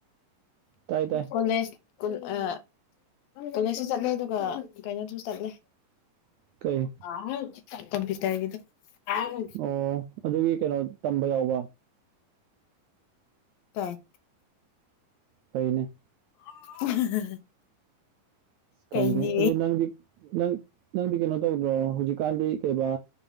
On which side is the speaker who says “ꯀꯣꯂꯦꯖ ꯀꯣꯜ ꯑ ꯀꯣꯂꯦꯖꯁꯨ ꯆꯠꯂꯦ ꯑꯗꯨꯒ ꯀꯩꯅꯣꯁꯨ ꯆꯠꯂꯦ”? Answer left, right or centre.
Left